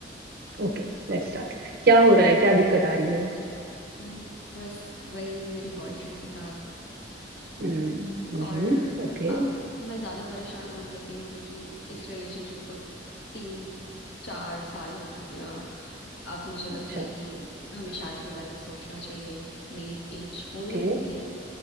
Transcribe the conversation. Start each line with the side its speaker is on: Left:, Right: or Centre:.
Right: Okay let's start क्या हो रहा है क्या दिक्कत आ रही है
Left: हम्म, बस वही मेरे बॉयफ्रेंड के साथ
Right: हम्म
Left: हम्म, और
Right: ओके
Left: अब मैं ज़्यादा परेशान होने लगी हूँ क्योंकि इस रिलेशनशिप को तीन चार साल हो चुके हैं अब मुझे लगता
Right: अच्छा
Left: है कि हमें शादी के बारे में सोचना चाहिए मेरी एज होने
Right: ओके
Left: लगी है